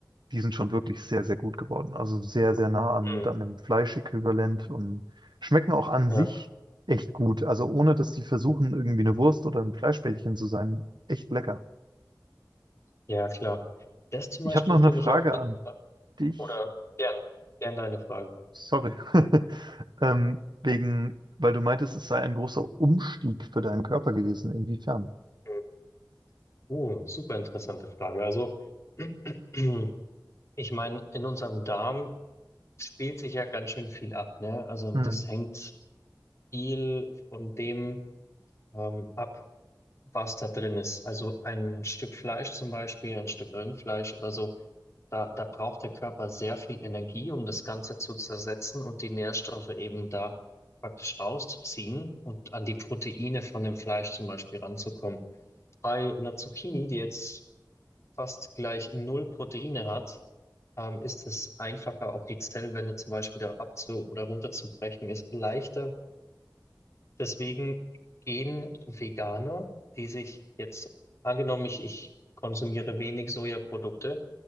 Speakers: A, on the right; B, on the left.
A: die sind schon wirklich sehr, sehr gut geworden. Also sehr, sehr nah an,
B: Mhm.
A: an einem Fleischäquivalent und schmecken auch an
B: Ja,
A: sich echt gut. Also ohne, dass die versuchen, irgendwie eine Wurst oder ein Fleischbällchen zu sein, echt lecker.
B: ja, klar. Das zum
A: Ich
B: Beispiel
A: habe noch
B: finde
A: eine Frage
B: ich auch total.
A: an dich.
B: Oder gern, gern deine Frage.
A: Sorry. <laughs> Ähm, wegen, weil du meintest, es sei ein großer Umstieg für deinen Körper gewesen. Inwiefern?
B: Mhm. Uh, super interessante Frage. Also, <clears throat> ich meine, in unserem Darm spielt sich ja ganz schön viel ab, ne? Also, und
A: Hm,
B: das hängt viel von dem ähm, ab, was da drin ist. Also, ein Stück Fleisch zum Beispiel, ein Stück Rindfleisch oder so, da, da braucht der Körper sehr viel Energie, um das Ganze zu zersetzen und die Nährstoffe eben da praktisch rauszuziehen und an die Proteine von dem Fleisch zum Beispiel ranzukommen. Bei einer Zucchini, die jetzt fast gleich null Proteine hat, ähm, ist es einfacher, auch die Zellwände zum Beispiel da abzu- oder runterzubrechen, ist leichter. Deswegen gehen Veganer, die sich jetzt, angenommen, ich, ich konsumiere wenig Sojaprodukte,